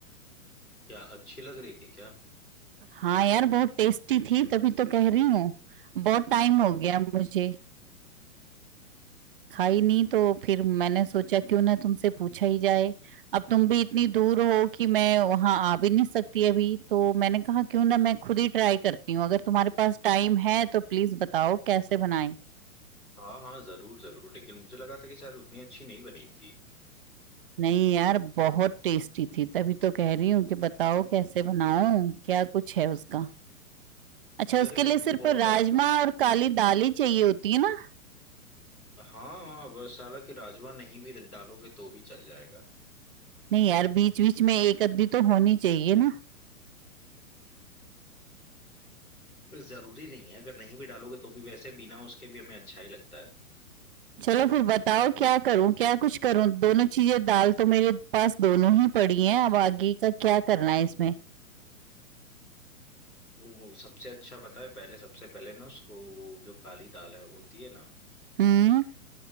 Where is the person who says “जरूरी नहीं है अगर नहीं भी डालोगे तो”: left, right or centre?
Left